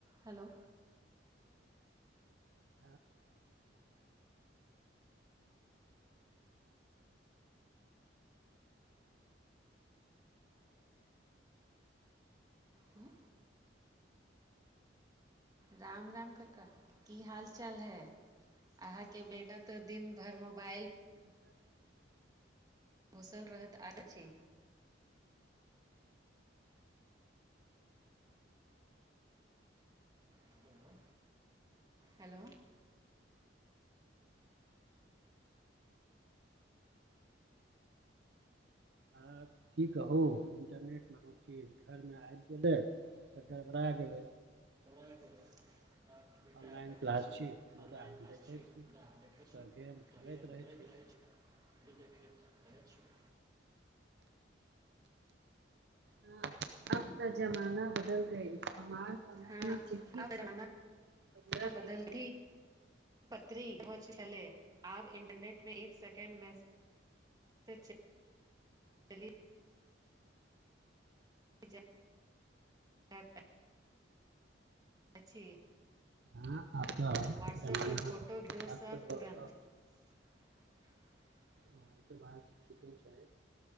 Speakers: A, on the right (about 20°); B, on the right (about 60°).
A: hello
B: <inaudible>
A: हम्म, राम राम कका की हाल चाल है अहाँके बेटा तऽ दिन भरि मोबाइल
B: चलू
A: घुसल रहत आ छी हेलो हेलो
B: आ की कहू इंटरनेट न चीज घर मे आबि गेलै तऽ गड़बड़ा गेल
A: हमरा बेटा
B: ऑनलाइन
A: कहैत
B: क्लास
A: छी
B: मुदा
A: ऑनलाइन
B: हम
A: क्लास
B: देखै
A: छी देखैत
B: तऽ
A: छी
B: गेम
A: तऽ गेम
B: रहै
A: खेलैत
B: छी
A: रहैत छी देखैत रहैत छी
B: ह अब तऽ ज़माना बदल गेल हमरा समयमे
A: हँ
B: चि्ठी
A: आब
B: पतरी
A: जमाना बदल ठीक पत्री पहुच छलै आब इन्टरनेटमे एक सेकंड मैसे त चलि <unintelligible> अछ हा त <unintelligible> अछि
B: हँ आब तऽ
A: व्हाट्सऐप
B: जमाना
A: पर फोटो वीडियो
B: आब
A: सब
B: तऽ
A: तुरन्त <unintelligible>
B: हँ ई तऽ बात ठीको छैै